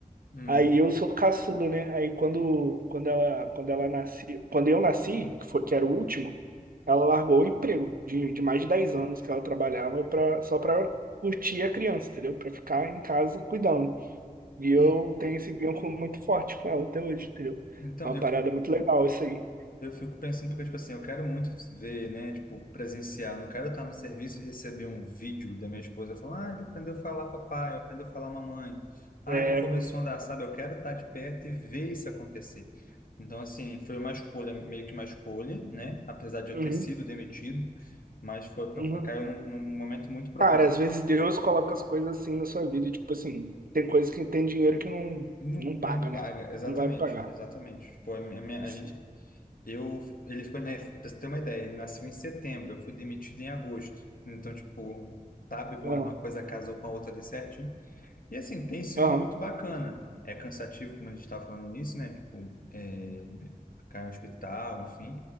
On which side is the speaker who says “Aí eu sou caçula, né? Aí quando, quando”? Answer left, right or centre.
Right